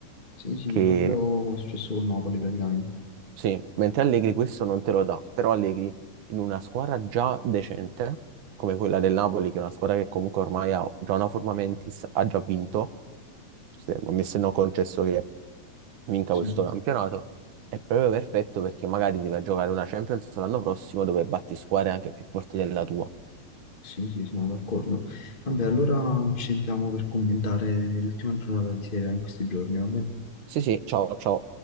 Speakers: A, on the left (about 15°); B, on the right (about 70°).
A: sì, sì,
B: che
A: proprio come è successo con Napoli praticamente.
B: sì, mentre Allegri questo non te lo dà, però Allegri in una squadra già decente, come quella del Napoli, che è una squadra che comunque ormai ha già una forma mentis, ha già vinto se- a me se no concesso che vinca
A: Sì,
B: questo campionato, è proprio perfetto perché magari ti vai a giocare una Champions l'anno prossimo dove batti squadre anche più forti della tua.
A: sì, sì, sono d'accordo. Vabbè, allora ci sentiamo per commentare l'ultima giornata di Serie A in questi giorni, va bene?
B: Sì, sì, ciao, ciao.